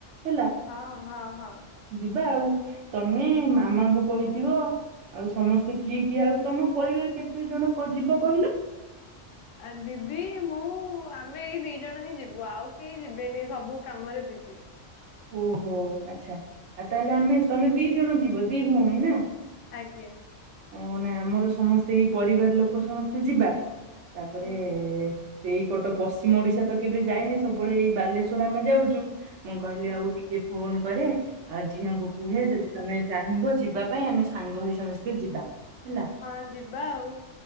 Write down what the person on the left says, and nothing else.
ହ। ହ। ହ।
ଆ ଦିଦି ମୁଁ ଆମେ ଏଇ ଦି ଜଣ ହିଁ ଯିବୁ ଆଉ କେହି ଯିବେନି ସବୁ କାମରେ ବିଜି।
ଆଜ୍ଞା।
ହୁଁ
ହଁ
ହଁ ଯିବା ଆଉ